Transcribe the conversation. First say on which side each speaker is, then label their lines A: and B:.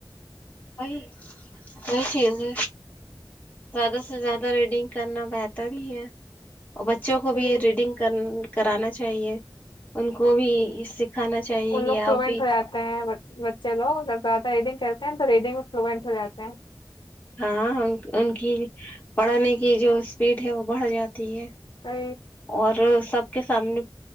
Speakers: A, on the left; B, on the left.
A: وہی وہی چیز ہے زیادہ سے زیادہ ریڈنگ کرنا بہتر ہی ہے اور بچوں کو
B: صحیح
A: بھی ریڈنگ کر کرانا چاہیے ان کو بھی سکھانا چاہیے
B: ان
A: کہ
B: لوگ فلوینٹ
A: آپ بھی
B: ہو جاتے ہیں بچے لوگ اینگ تو ریڈنگ میں فلوئینٹ ہو جاتے ہیں
A: ہاں ان کی پڑھنے کی جو اسپیڈ ہے وہ بڑھ جاتی ہے
B: ج
A: اور سب کے سامنے